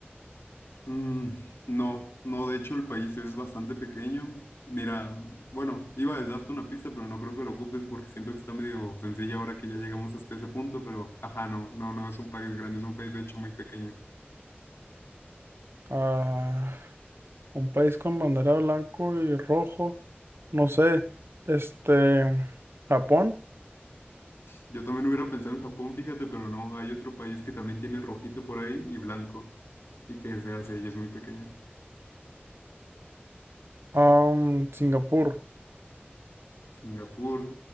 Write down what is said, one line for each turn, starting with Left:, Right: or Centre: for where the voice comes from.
Left: Mm, no, no, de hecho el país es bastante pequeño. Mira, bueno, iba a darte una pista, pero no creo que lo ocupes porque siento que está medio sencilla ahora que ya llegamos hasta ese punto, pero ajá, no, no, no es un país grande, es un país de hecho muy pequeño.
Right: Ah, un país con bandera blanco y rojo, no sé, este, Japón,
Left: Yo también hubiera pensado en Japón, fíjate, pero no, hay otro país que también tiene rojito por ahí y blanco y que es de Asia y es muy pequeño.
Right: Ah, mm, Singapur.
Left: Singapur.